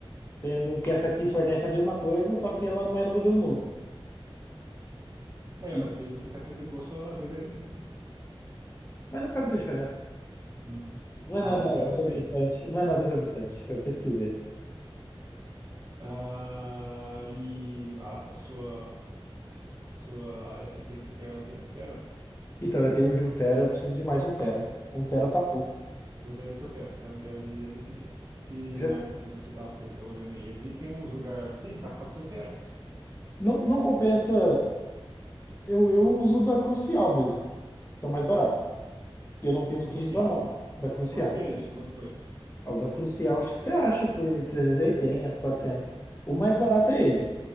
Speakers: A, on the left; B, on the right.
A: sendo que essa aqui fornece a mesma coisa, só que ela não é no modelo novo.
B: É,
A: E-
B: mas aí você sacrificou só a ddr cinco, né?
A: mas não faz muita diferença.
B: Não...
A: Não
B: Ah,
A: é nada
B: aí eu já
A: exorbitante.
B: não sei.
A: Não é nada exorbitante. Eu pesquisei.
B: Ah, e a, a sua, a sua SSD que você quer é o quê? Um tera?
A: Então, eu tenho um de um tera, eu preciso de mais um tera. um tera tá pouco.
B: Pois é, isso que eu quero. Quero um tela de SSD. Que
A: Já
B: marca que você tá pre- é, olhando aí? Eu vi que tem uns lugares assim que tá quatrocentos reais.
A: não, não compensa. Eu, eu uso da Crucial mesmo, que é o mais barato. E eu não tenho
B: Crucial?
A: do que reclamar da Crucial.
B: Quanto que é isso? Quanto que foi?
A: Ah, O da Crucial, acho que você acha por trezentos e oitenta quatrocentos O mais barato é ele.